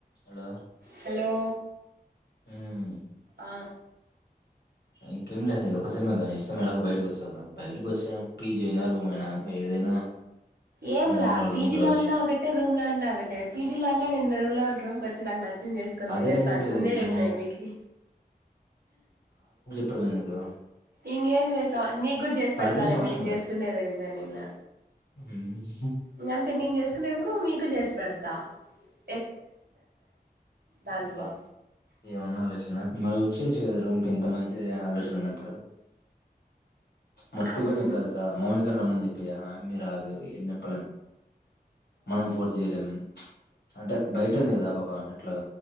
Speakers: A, on the left; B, on the right.
A: Hello
B: hello
A: ఉమ్
B: ఆ
A: ఇంకేం లేదు ఒకసమే కా నెక్స్ట్ సేమ్ ఎలాగో బయటకి వాస్తవ్ కా బయటకి వస్తె పీజీ నా రూమైనా ఏదైనా
B: ఏంలా
A: నిర్మలా వాళ్ళ
B: పీజీ
A: రూమ్ కి రావచ్చు
B: లోన్నా ఒకటే రూమ్ లో ఉన్నా ఒకటే పీజీ లో ఉన్నా నన్న రూమ్ లో రూమ్కి వచ్చి నాకు నచ్చ చేసుకుని
A: అదే
B: తినేస్త
A: నేను చెప్పేది
B: ముందే చెప్పినా
A: ఆ
B: కదా మీకి
A: ఎప్పుడు మనుకు
B: ఇంేంది మే సా నీకు కూడా చేసి పెడతాాలేమో
A: పర్మిషన్ అవసరం
B: నేను
A: లే
B: చేసుకునేేది ఏందో నిన్న
A: ఉమ్.
B: ఇంకా అంతే నేను చేసుకునేప్పుడు మీకు చేసి పెడతా త్త దాంట్లో
A: అబా ఏమన్నాలోచన నువ్ చేచ్ు కదా రూమ్ కి ఇంత మంచి ఆలోచన ఉన్నప్పుడు మొతుగాని
B: అన్
A: చెప్ప తెల్సా మౌనికని రమ్మని చెప్ప మీరాదు ఎన్నప్పలం మనం పూర్తి చేయలేము అంటే బయట ఉంది కదా ఆ పాప ఎట్లాగా